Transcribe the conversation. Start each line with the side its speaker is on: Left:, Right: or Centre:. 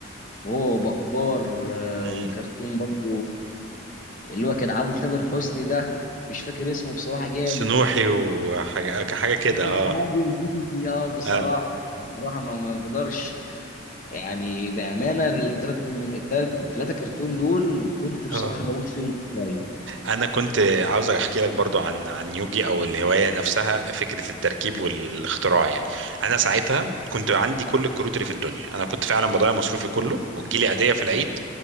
Left: وهو وبكار آه،
Right: مم.
Left: وكرتون برضه اللي هو كان عامل تامر حسني ده مش فاكر اسمه بصراحه جامد
Right: سنوحي وحاجه حاجه
Left: <laughs>
Right: كده اه
Left: عادل اه بصراحه
Right: اه
Left: بصراحه ما ما اقدرش يعني بامانه الثلاث الثلاث الثلاثه كرتون دول كنت بصراحه
Right: اه
Left: بموت فيهم شويه
Right: انا كنت عاوز احكي لك برضو عن عن يوجي او الهوايه نفسها فكره التركيب والاختراع يعني انا ساعتها كنت عندي كل الكروت اللي في الدنيا انا كنت فعلا بضيع مصروفي كله وتجيلي عيديه في العيد